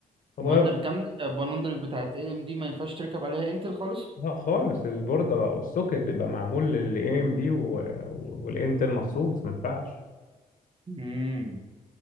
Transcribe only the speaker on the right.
بوندل كاملة البوندل بتاعت اي ام دي ما ينفعش تركب عليها انتل خالص
امم